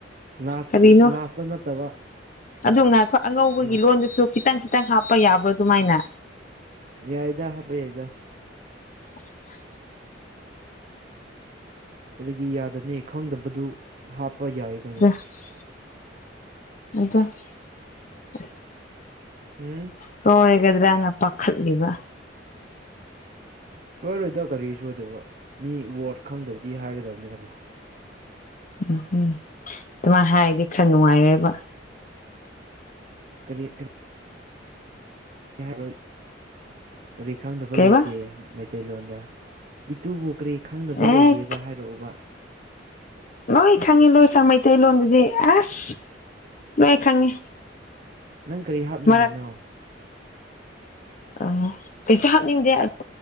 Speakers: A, on the right; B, on the left.
A: ꯂꯥꯁ
B: ꯀꯔꯤꯅꯣ
A: ꯂꯥꯁꯇ ꯅꯠꯇꯕ
B: ꯑꯗꯨ ꯉꯥꯢꯈꯣ ꯑꯉꯧꯕꯒꯤ
A: ꯂꯥꯁ
B: ꯂꯣꯟꯗꯨꯁꯨ ꯈꯤꯇꯪ ꯈꯤꯇꯪ ꯍꯥꯞꯄ ꯌꯥꯕ꯭ꯔꯣ ꯑꯗꯨꯃꯥꯏꯅ
A: ꯌꯥꯏꯗ ꯍꯥꯄ ꯌꯥꯏꯗ
B: <inaudible>
A: ꯀꯔꯤꯒꯤ ꯌꯥꯗꯅꯤ ꯈꯪꯗꯕꯗꯨ ꯍꯥꯞꯄ ꯌꯥꯏ ꯀꯩꯅꯣ
B: <unintelligible>
A: ꯍꯝ
B: ꯁꯣꯏꯒꯗ꯭ꯔꯅ ꯄꯥꯈꯠꯂꯤꯕ
A: ꯁꯣꯏꯔꯣꯏꯗ ꯀꯔꯤ ꯁꯣꯏꯗꯣꯢꯕ ꯃꯤ ꯋꯥꯔꯗ ꯈꯪꯗꯕꯗꯤ ꯍꯥꯏꯒꯗꯕꯅꯤ ꯀꯩꯅꯣ
B: ꯎꯝꯍꯝ ꯑꯗꯨꯃꯥꯏꯅ ꯍꯥꯏꯔꯗꯤ ꯈꯔ ꯅꯨꯡꯉꯥꯏꯔꯦꯕ
A: ꯀꯔꯤ ꯀꯔꯤ ꯍꯥꯏꯔꯣ ꯀꯔꯤ ꯈꯪꯗꯕ
B: ꯀꯩꯕ
A: ꯂꯩꯒꯦ ꯃꯩꯇꯩꯂꯣꯟꯗ ꯏꯇꯨꯕꯨ ꯀꯔꯤ ꯈꯪꯗꯕ
B: ꯑꯦ
A: ꯂꯩꯒꯦꯕ ꯍꯥꯏꯔꯛꯑꯣꯕ
B: ꯂꯣꯏ ꯈꯪꯉꯤ ꯂꯣꯏ ꯈꯪꯉꯤ ꯃꯩꯇꯩꯂꯣꯟꯗꯨꯗꯤ ꯑꯁ ꯂꯣꯢ ꯈꯪꯏ
A: ꯅꯪ ꯀꯔꯤ ꯍꯥꯞꯅꯤꯡꯉꯤꯅꯣ
B: ꯃꯔꯛ ꯑ ꯀꯩꯁꯨ ꯍꯥꯞꯅꯤꯡꯗꯦ ꯑꯗꯨ